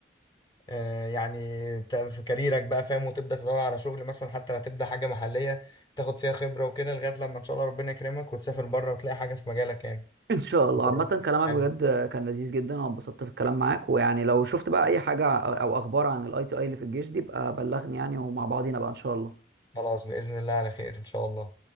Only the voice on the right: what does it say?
ان شاء الله
عامه كلامك
بجد كان لذيذ جدا انا اتبسطت في الكلام معاك ويعني لو شفت بقى اي حاجه او أو اخبار عن الاي تي اي اللي في الجيش دي بقى بلغني يعني ومع بعضينا بقى ان شاء الله